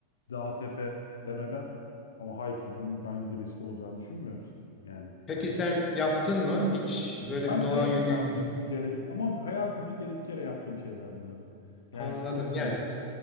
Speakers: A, on the left; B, on the left.
A: dağ tepe demeden ama hiking'in ben bir riskli olacağını düşünmüyorum. Yani
B: Peki sen yaptın mı hiç böyle
A: ben
B: bir doğa
A: trekking
B: yürüyüşü?
A: yapmıştım bir kere ama hayatımda bir kere iki kere yaptığım şeyler bunlar. Yani
B: Anladım.
A: çok sayılı.
B: Yani